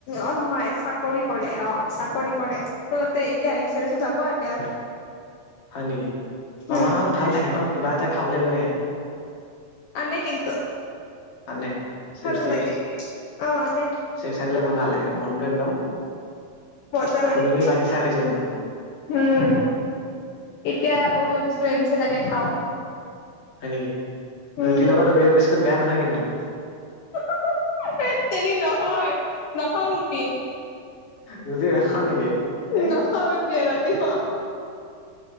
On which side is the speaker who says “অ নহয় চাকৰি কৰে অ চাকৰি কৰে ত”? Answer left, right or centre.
Left